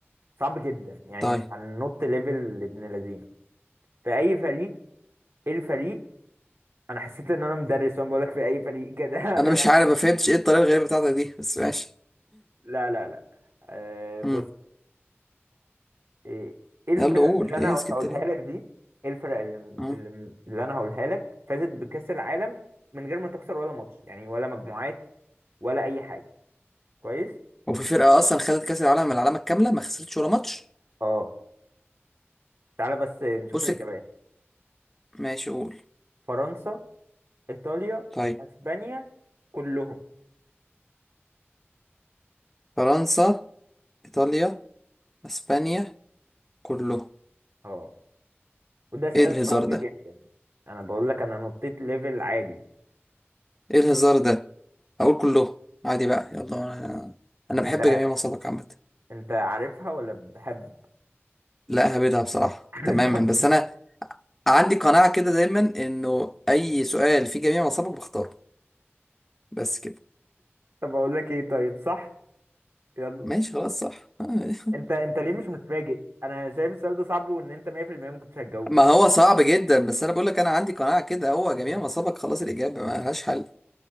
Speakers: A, on the right (about 65°); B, in the centre.
A: صعب جدا يعني
B: طيب
A: هننط ليفل ابن لذين في اي فريق ايه الفريق انا حسيت ان انا مدرس وانا بقول لك في اي فريق كده <laughs>
B: انا
A: انا
B: مش عارف ما فهمتش ايه الطريقه الغريبه بتاعتك دي بس ماشي
A: لا لا لا أه
B: <laughs>
A: بص
B: مم.
A: ايه إيه الفرق
B: يلا قول
A: من اللي
B: ايه
A: انا
B: سكت
A: هقولها
B: ليه
A: لك دي ايه الفرق اللي
B: مم.
A: اللي اللي انا هقولها لك فازت بكأس العالم من غير ما تخسر ولا ماتش يعني ولا مجموعات ولا اي حاجة كويس
B: وفي فرقه اصلا خدت كاس العالم العلامه الكامله ما خسرتش ولا ماتش
A: اه تعالى بس نشوف
B: بص
A: الاجابات
B: ك- ماشي قول
A: فرنسا ايطاليا
B: طيب
A: اسبانيا كلهم
B: فرنسا ايطاليا اسبانيا كله
A: اه وده سؤال
B: ايه الهزار
A: صعب
B: ده
A: جدا انا بقول لك انا نطيت ليفل عالي
B: ايه الهزار ده هقول كله عادي بقى يلا انا انا بحب
A: انت
B: جميع مصابك عامه
A: انت عارفها ولا بحب
B: لا هبدها بصراحه
A: <laughs>
B: تماما
A: طب
B: بس انا عندي قناعه كده دايما انه اي سؤال في جميع مصابك بختاره بس كده
A: طب اقول لك ايه طيب صح يلا
B: ماشي خلاص صح <laughs> آه.
A: انت انت ليه مش متفاجئ انا شايف السؤال ده صعب وان انت 100% ما كنتش هتجاوبه
B: ما هو صعب جدا بس انا بقول لك انا عندي قناعه كده هو جميع
A: <laughs>
B: مصابك خلاص الاجابه ما لهاش حل